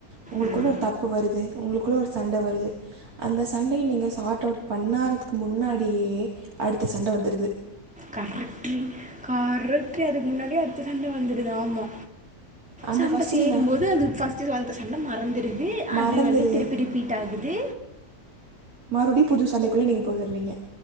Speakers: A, on the right; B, in the centre.
A: உங்குளுக்குள்ள
B: ம்
A: ஒரு தப்பு வருது உங்குளுக்குள்ள ஒரு சண்ட வருது அந்த சண்டய நீங்க சார்ட் அவுட் பண்ணாததுக்கு முன்னாடியே அடுத்த சண்ட வந்துருது
B: கரெக்ட்ரி கரெக்ட்ரி அதுக்கு முன்னாடியே அடுத்த சண்ட வந்துருது ஆமா
A: அந்த
B: சண்ட
A: ஃபஸ்ட்டு
B: சேரும்போது
A: நீங்கள்
B: அது ஃபஸ்ட்டு வந்த சண் நல்லா மறந்துருது
A: மறந்துடு
B: அது வந்து திருப்பி ரிப்பீட் ஆகுது
A: மறுபுடியு புது சண்டைக்குள்ள நீங்க போயறீங்க